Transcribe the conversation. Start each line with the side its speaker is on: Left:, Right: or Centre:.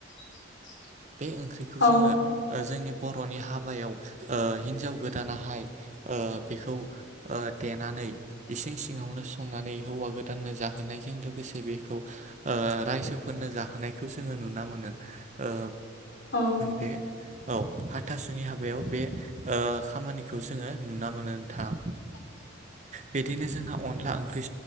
Left: <inaudible>
Right: बे ओंख्रिखौ
Left: औ
Right: जोङो ओ जोंनि बर'नि हाबायाव ओ हिन्जाव गोदानाहाय ओ बेखौ ओ देनानै इसिं सिङावनो संनानै हौवा गोदाननो जाहोनायजों लोगोसे बेखौ ओ ओ रायजोफोरनो जाहोनायखौ जोङो नुना मोनो। ओ
Left: औ
Right: बे औ हाथासुनि हाबायाव बे ओ खामानिखौ जोङो नुना मोनो नोंथां।
Left: <inaudible>
Right: बिदिनो जोंहा अनला ओंख्रि